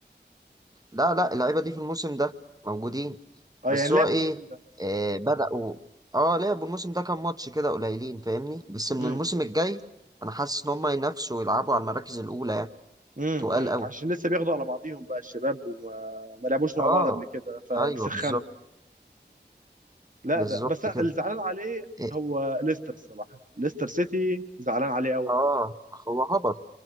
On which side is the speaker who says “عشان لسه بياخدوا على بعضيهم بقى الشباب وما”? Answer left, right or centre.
Right